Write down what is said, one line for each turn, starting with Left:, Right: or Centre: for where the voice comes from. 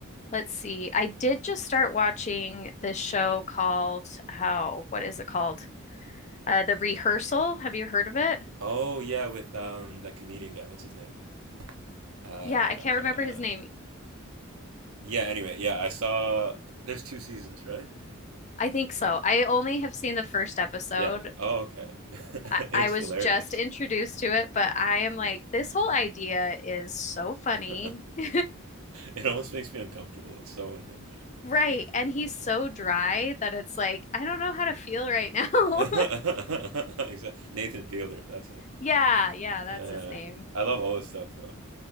Left: let's see. I did just start watching this show called, oh, what is it called? Uh, The Rehearsal. Have you heard of it?
Right: Oh yeah, with um that comedian guy. What's his name? Uh
Left: Yeah, I can't remember his name.
Right: yeah, anyway, yeah, I saw there's two seasons, right?
Left: I think so. I only have seen the first episode.
Right: Yeah. Oh, okay. <laughs>
Left: I,
Right: It's
Left: I was
Right: hilarious.
Left: just introduced to it, but I am like, this whole idea is so funny.
Right: <laughs>
Left: <laughs>
Right: It almost makes me uncomfortable. It's so unhinged.
Left: Right. And he's so dry that it's like, I don't know how to feel right now. <laughs>
Right: <laughs> Exactly. Nathan Fielder, that's it.
Left: Yeah, yeah,
Right: Yeah.
Left: that's
Right: yeah,
Left: his name.
Right: yeah. I love all his stuff though.